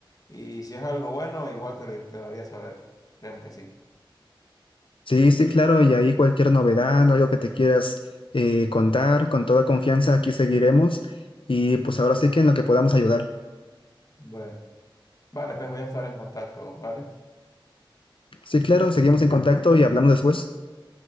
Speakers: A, on the left; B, on the left.
A: Y si es algo bueno, igual te lo, te lo haría saber. Créeme que sí.
B: Sí, sí, claro, y ahí cualquier novedad, ¿no? algo que te quieras eh, contar, con toda confianza aquí seguiremos y pues ahora sí que en lo que podamos ayudar.
A: Bueno, vale, pues voy a estar en contacto, ¿vale?
B: Sí, claro, seguimos en contacto y hablamos después.